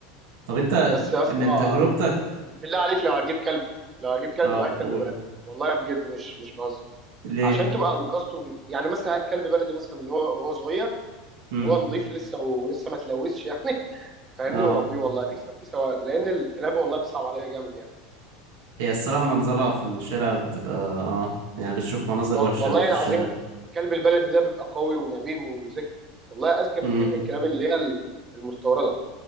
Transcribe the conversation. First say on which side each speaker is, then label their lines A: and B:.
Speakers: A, on the right; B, on the right.
A: طب أنت
B: بس يا اسطى
A: من تجربتك
B: بالله عليك لو هجيب كلب لو هجيب كلب
A: اه
B: يبقى هات كلب
A: قول
B: بلدي والله بجد مش مش بهزر
A: ليه؟
B: عشان تبقى انقذته م- يعني مثلا هات كلب بلدي مثلا من هو وهو صغير
A: مم.
B: وهو نظيف لسه ولسه ما تلوثش يعني <laughs> فاهمني
A: اه
B: وربيه والله هتكسب فيه ثواب لان الكلاب والله بتصعب عليا جامد يعني
A: هي الصراحة منظرها في الشارع بتبقى اه يعني بتشوف مناظر
B: وال-
A: وحشة
B: والله
A: أوي في
B: العظيم
A: الشارع
B: الكلب البلدي ده بيبقى قوي ونبيه وذكي والله اذكى
A: مم.
B: بكتير من الكلاب اللي هي ال- المستورده